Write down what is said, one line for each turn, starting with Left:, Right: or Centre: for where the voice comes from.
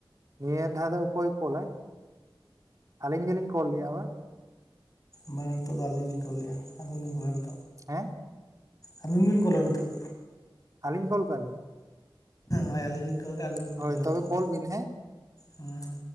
Right: ᱱᱤᱭᱟᱹ ᱫᱷᱟᱣ ᱫᱚ ᱚᱠᱚᱭ ᱠᱚᱞᱟᱭ ᱟᱹᱞᱤᱧ ᱜᱮᱞᱤᱧ ᱠᱚᱞ ᱞᱮᱫᱟ ᱵᱟ
Left: ᱵᱟᱝ ᱟ ᱱᱤᱛᱚᱜ ᱫᱚ ᱟᱹᱞᱤᱧ ᱞᱤᱧ ᱠᱚᱞ ᱞᱮᱼᱟ <unintelligible>
Right: ᱦᱮᱸ
Left: ᱟᱹᱵᱤᱱ ᱵᱤᱱ ᱠᱚᱞᱟ ᱱᱤᱛᱚᱜ
Right: ᱟᱹᱞᱤᱧ ᱠᱚᱞ ᱠᱟᱜ ᱞᱤᱧ
Left: ᱦᱳᱭ ᱟᱹᱞᱤᱧ ᱞᱤᱧ ᱠᱚᱞ ᱟᱠᱟᱜ ᱟ ᱟᱹᱵᱤᱱ ᱵᱤᱱ
Right: ᱦᱳᱭ
Left: ᱠᱚᱞᱟ ᱱᱤᱛᱚᱜ
Right: ᱛᱚᱵᱮ
Left: ᱫᱚ
Right: ᱠᱚᱞ ᱵᱤᱱ ᱦᱮᱸ
Left: ᱦᱸ